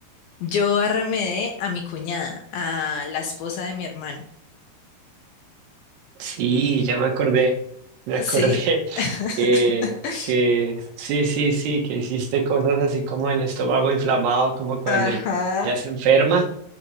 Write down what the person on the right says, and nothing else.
Sí, ya me acordé, me
acordé
<laughs> que, que sí, sí, sí, que hiciste cosas así como el estómago inflamado, como cuando
ya se enferma.